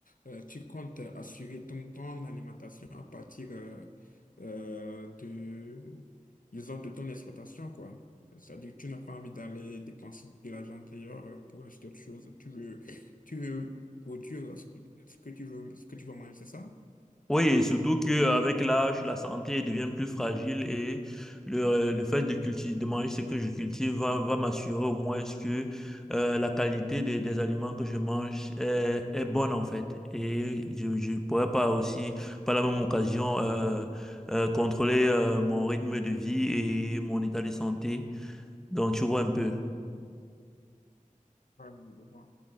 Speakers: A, on the left (about 75°); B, in the centre.
A: euh, tu comptes assurer ton, ton alimentation à partir euh, euh, de, disons, de ton exploitation, quoi. C'est-à-dire que tu n'as pas envie d'aller dépenser de l'argent dehors euh, pour acheter autre chose. Tu veux tu veux produire ce que ce que tu veux, ce que tu veux manger, c'est ça?
B: Oui, et surtout que avec l'âge, la santé devient plus fragile et le, le fait de cultiver, de manger ce que je cultive va, va m'assurer au moins que euh, la qualité des, des aliments que je mange est, est bonne en fait. Et je je pourrais pas aussi, par la même occasion, euh, euh, contrôler euh, mon rythme de vie et mon état de santé. Donc, tu vois un peu.
A: Ouais, je vois.